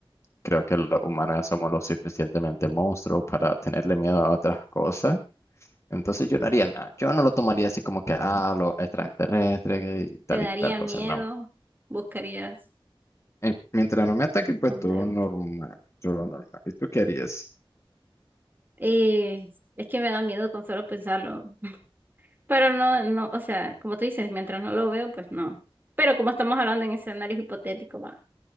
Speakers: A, on the left; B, on the right.
A: Creo que los humanos ya somos lo suficientemente monstruos para tenerle miedo a otras cosas. Entonces yo no haría nada. Yo no lo tomaría así como que, ah, los extraterrestres que- y tal
B: ¿Te daría
A: y tal cosa.
B: miedo?
A: No.
B: ¿Buscarías
A: Eh, mientras no me ataquen,
B: esconder?
A: pues todo normal. Todo normal. ¿Y tú qué harías?
B: Eh, es que me da miedo con solo pensarlo. Pero no, no, o sea, como tú dices, mientras no lo veo, pues no. Pero como estamos hablando en escenarios hipotéticos, va.